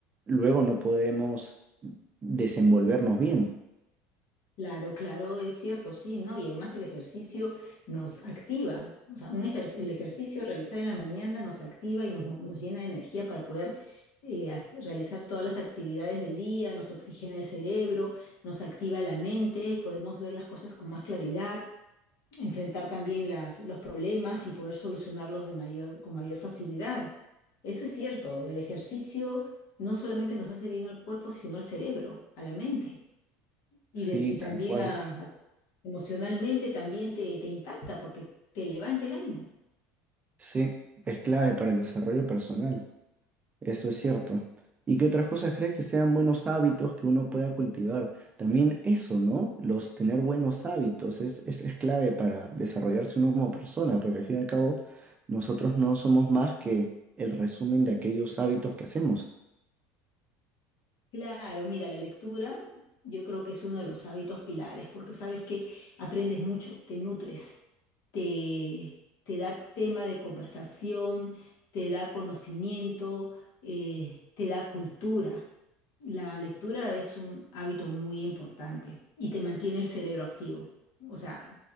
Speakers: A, on the right; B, on the left.
A: luego no podremos desenvolvernos bien.
B: Claro, claro, es cierto, sí, ¿no? Y además el ejercicio nos activa, o sea, un ejer- el ejercicio realizado en la mañana nos activa y nos, mo- nos llena de energía para poder eh, hac- realizar todas las actividades del día, nos oxigena el cerebro, nos activa la mente, podemos ver las cosas con más claridad, enfrentar también las, los problemas y poder solucionarlos de mayor, con mayor facilidad. Eso es cierto, el ejercicio no solamente nos hace bien al cuerpo, sino al cerebro, a la mente.
A: Sí,
B: Y, de- y también
A: tal cual.
B: a- a- emocionalmente también te, te impacta porque te levanta el ánimo.
A: Sí, es clave para el desarrollo personal. Eso es cierto. ¿Y qué otras cosas crees que sean buenos hábitos que uno pueda cultivar? También eso, ¿no? Los tener buenos hábitos es, es, es clave para desarrollarse uno como persona, porque al fin y al cabo nosotros no somos más que el resumen de aquellos hábitos que hacemos.
B: Claro, mira, la lectura yo creo que es uno de los hábitos pilares porque sabes que aprendes mucho, te nutres, te, te da tema de conversación, te da conocimiento, eh, te da cultura. La lectura es un hábito muy importante y te mantiene el cerebro activo. O sea,